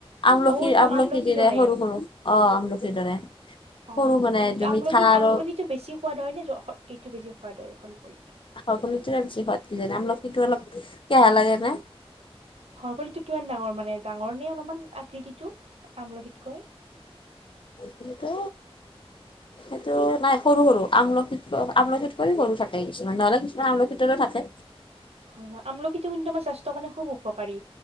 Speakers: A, on the left; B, on the right.
A: আমলখি
B: অ এইটো
A: আমলখি
B: আমলখিৰ
A: দিৰে,
B: দৰে
A: সৰু সৰু অহ, আমলখি দৰে।
B: অহ'
A: সৰু মানে এইটো
B: আমলখি
A: মিঠা আৰু
B: আমলখিতো বেছি সোৱাদ হয় নে, এইটো বেছি সোৱাদ হয়। সলফলিত
A: হৰফলিটোৰে বেছি সোৱাত কিজানি, আমলখিতো অলপ কেহা লাগে নে?
B: হকললিতো কিমান ডাঙৰ মানে, ডাঙৰ নে অলপমান আকৃতিৰ। টো আমলখিতকৈ।
A: কিন্তু সেইটো নাই, সৰু সৰু আমলখিত আমলখিকৈও সৰু থাকে কিছুমান। নহ'লে কিছুমান আমলখিতৰ দৰে থাকে। <inaudible>
B: হয়, হয় আমলখি কিন্তু, আমাৰ স্বাস্থ্য কাৰণে, খুব উপকাৰী।